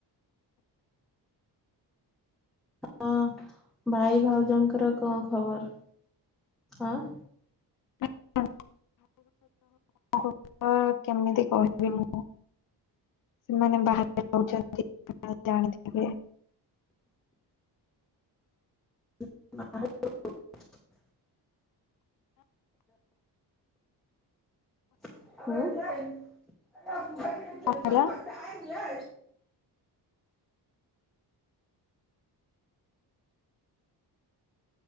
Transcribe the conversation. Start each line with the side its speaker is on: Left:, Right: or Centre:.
Centre: ହଁ ଭାଇ ଭାଉଜଙ୍କର କଣ ଖବର? ଆଁ।
Left: <unintelligible> କଥା କେମିତି କହିବି ମୁଁ? ସେମାନେ ବାହାରେ ଯାଉଛନ୍ତି ଜାଣିଥିବେ।
Centre: <unintelligible> ହୁଁ।
Left: ହେଲା